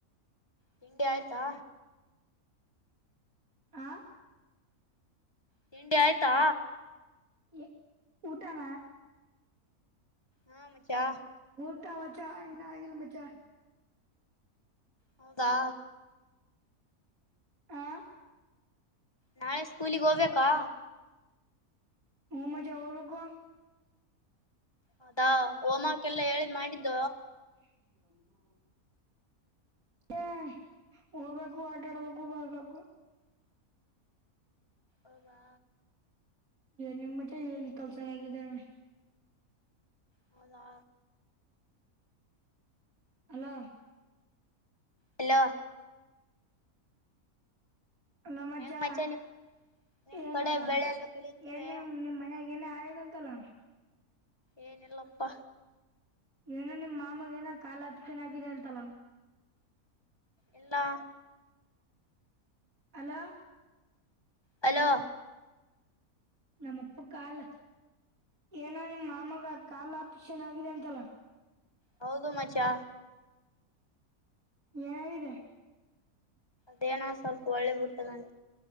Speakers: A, on the left; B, on the right.
A: ತಿಂಡಿ ಆಯ್ತಾ
B: ಆ
A: ತಿಂಡಿ ಆಯ್ತಾ
B: ಎ ಊಟಾಮ
A: ಹಾ ಮ ಚಾ
B: ಟ್ಟ ಮಚಾ ನ ಅ ಇಲು ಮಚಾ
A: ಹೌದಾ
B: ಹಾ
A: ನಾಳೆ ಸ್ಕೂಲಿಗೆ ಹೋಗ್ಬೇಕಾ
B: ಹ ಮಜಾ ಹೋಗೋಗುವ
A: ಹದಾ ಓಮಕ್ಕೆಲ್ಲ ಹೇಳಿದ್ ಮಾಡಿದ್ದ
B: ಹ್ಮ ಹಾ ಹ ಹೋಗ್ಬೇಕು ಆಟ ಆಡ್ಬೇಕು ಬರ್ಬೇಕು
A: ಓವಾ
B: ನಿಮ್ಮ ಮಜ ಏನ್ ಕೆಲ್ಸರಗಿದಾವೆ
A: ಹೌದಾ
B: ಅಲ
A: ಹಲೋ
B: ನಮ್ಮಜ್ಜಾ
A: ಹೆಂಗ್ ಮಚ್ಚಾ ನಿಮ್ ನಿಮ್
B: ಏನು
A: ಕಡೆ ಬೆಳೆ ಎಲ್ಲ ಬೆಳೀತವೆ
B: ಏನ ನಿಮ್ಮ್ ಮನ ಏನ್ ಆಯದಂತಲ್ಲ
A: ಏನಿಲ್ಲಪ.
B: ಏನ ನಿಮ್ ಮಾಮಗೇನ ಕಾಲ್ ಆಪರೇಷನ್ ಆಗಿದೆ ಅಂತಲ್ಲ.
A: ಇಲ್ಲಾ.
B: ಹಲೋ.
A: ಹಲೋ.
B: ನಮ್ಮಪ್ಪಗ ಕಾಲ್. ಏನೋ ನಿಮ್ಮ ಮಾಮಗ ಕಾಲ್ ಆಪರೆಷನ್ ಆಗಿದೆ ಅಂತಲ್ಲ.
A: ಹೌದು ಮಚ್ಚಾ.
B: ಏನಾಗಿದೆ.
A: ಅದೇನೋ ಸ್ಪಲ್ಪ ಹೊಳ್ಳಿ ಬಿಟ್ಟದಂತೆ.